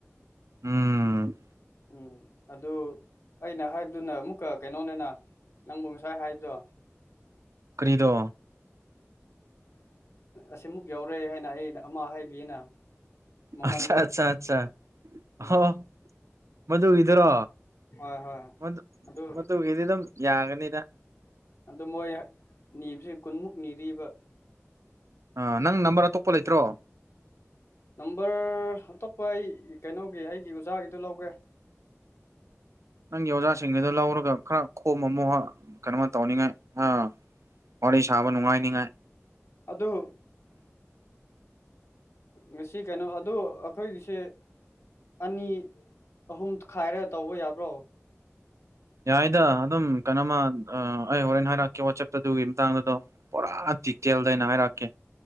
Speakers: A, on the right; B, on the left.
A: ꯎꯝ
B: ꯎꯝ ꯑꯗꯨ ꯑꯩꯅ ꯍꯥꯏꯕꯗꯨꯅ ꯑꯃꯨꯛꯀ ꯀꯩꯅꯣꯅꯤꯅ ꯅꯪꯕꯨ ꯉꯁꯥꯏ ꯍꯥꯏꯕꯗꯣ
A: ꯀ꯭ꯔꯤꯔꯣ
B: ꯑꯁꯤꯃꯨꯛ ꯌꯥꯎꯔꯦ ꯍꯥꯏꯅ ꯑꯩꯅ ꯑꯃ ꯍꯥꯏꯕꯤꯌꯦꯅ ꯃꯃꯟꯗꯣ
A: ꯑꯆꯥ ꯑꯆꯥ ꯑꯆꯥ ꯑꯣ
B: ꯎꯝ
A: ꯃꯗꯨꯒꯤꯗꯨꯔꯣ
B: ꯍꯣꯏ ꯍꯣꯏ
A: ꯃꯗꯨ
B: ꯑꯗꯨ
A: ꯃꯗꯨꯒꯤꯗꯤ ꯑꯗꯨꯝ ꯌꯥꯒꯅꯤꯗ
B: ꯑꯗꯣ ꯃꯣꯏ ꯅꯤꯕꯁꯦ ꯃꯣꯏ ꯀꯨꯟꯃꯨꯛ ꯅꯤꯔꯤꯕ
A: ꯑ ꯅꯪ ꯅꯝꯕꯔ ꯑꯇꯣꯞꯄ ꯂꯩꯇ꯭ꯔꯣ
B: ꯅꯝꯕꯔ ꯑꯇꯣꯞꯄ ꯑꯩ ꯀꯩꯅꯣꯒꯤ ꯑꯩꯒꯤ ꯑꯣꯖꯥꯒꯤꯗꯣ ꯂꯧꯒꯦ <unintelligible>
A: ꯅꯪꯒꯤ ꯑꯣꯖꯥꯁꯤꯡꯒꯤꯗꯨ ꯂꯧꯔꯒ ꯈꯔ ꯈꯣꯝꯃꯝꯃꯣ ꯀꯩꯅꯣꯃ ꯇꯧꯅꯤꯡꯉꯥꯏ ꯑ ꯋꯥꯔꯤ ꯁꯥꯥꯕ ꯅꯨꯡꯉꯥꯏ ꯅꯤꯡꯉꯥꯏ
B: ꯑꯗꯨ ꯉꯁꯤ ꯀꯩꯅꯣ ꯑꯗꯨ ꯑꯩꯈꯣꯏꯒꯤꯁꯦ ꯑꯅꯤ ꯑꯍꯨꯝ ꯈꯥꯏꯔꯒ ꯇꯧꯕ ꯌꯥꯕ꯭ꯔꯣ
A: ꯌꯥꯏꯗ ꯑꯗꯨꯝ ꯀꯩꯅꯣꯃ ꯑꯩ ꯍꯣꯔꯦꯟ ꯍꯥꯏꯔꯛꯀꯦ ꯋꯥꯆꯦꯞꯇ ꯑꯗꯨꯒꯤ ꯃꯇꯥꯡꯗꯨꯗꯣ ꯄꯨꯔꯥ ꯗꯤꯇꯦꯜꯗꯩꯅ ꯍꯥꯏꯔꯛꯀꯦ